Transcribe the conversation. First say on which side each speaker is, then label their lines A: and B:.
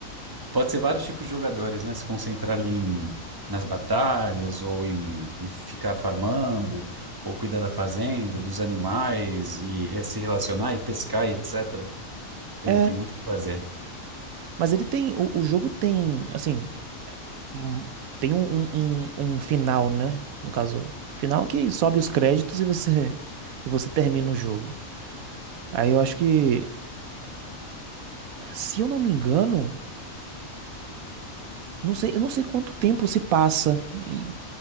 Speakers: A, on the right; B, on the right.
A: pode ser vários tipos de jogadores, né? Se concentrar ali em, nas batalhas, ou em, em ficar farmando, ou cuidar da fazenda, dos animais, e re- se relacionar, e pescar, e etc. Tem,
B: É,
A: tem muito o que fazer.
B: mas ele tem. O, o jogo tem, assim. um- Tem um, um, um um final, né? No caso, final que sobe os créditos e você. E você termina o jogo. Aí eu acho que, se eu não me engano. Não sei, eu não sei quanto tempo se passa, e-